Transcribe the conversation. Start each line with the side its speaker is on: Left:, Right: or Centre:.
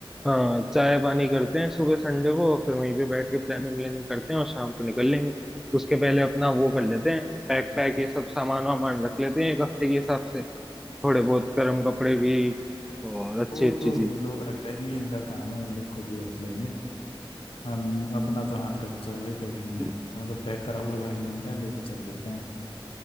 Centre: हाँ चाय पानी करते हैं सुबह संडे को फिर वहीं पे बैठ के प्लानिंग व्लानिंग करते हैं और शाम को निकल लेंगे उसके पहले अपना वो कर लेते हैं पैक पैक ये सब सामान वामान रख लेते हैं एक हफ्ते के हिसाब से थोड़े बहुत गर्म कपड़े भी और अच्छी
Left: वो
Centre: अच्छी
Left: तो
Centre: चीजें
Left: ये लोग रख लेंगे ये इनका काम है ये लोग खुद ही रख लेंगे हम अपना तो हाथ कच्चा है भाई पैकिंग
Centre: <laughs>
Left: में मतलब पैक करा हुआ बैग मिलता है लेके चल देते हैं